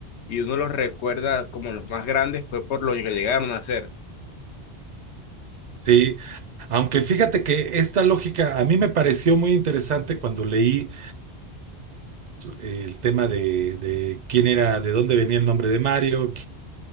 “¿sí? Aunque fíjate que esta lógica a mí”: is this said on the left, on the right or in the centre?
Right